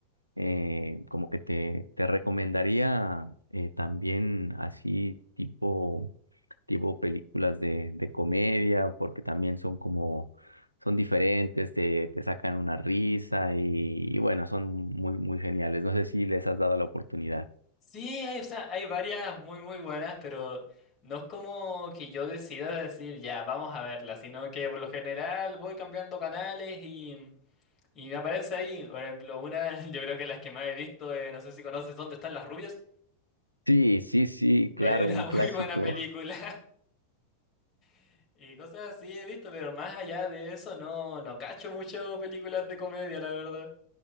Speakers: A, on the right; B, on the left.
A: Eh, como que te, te recomendaría eh, también así tipo, tipo películas de, de comedia, porque también son como, son diferentes, te, te sacan una risa y, y bueno, son muy, muy geniales. No sé si les has dado la oportunidad.
B: Sí, hay, o sea, hay varias muy muy buenas, pero no es como que yo decida decir ya, vamos a verla, sino que por lo general voy cambiando canales y, y me aparece ahí, por ejemplo, una, <laughs> yo creo que las que más he visto, eh, no sé si conoces ¿Dónde están las rubias?
A: Sí, sí, sí, claro,
B: Era
A: un
B: <laughs>
A: clásico.
B: muy buena película <laughs> y cosas así he visto, pero más allá de eso no, no cacho mucho películas de comedia, la verdad.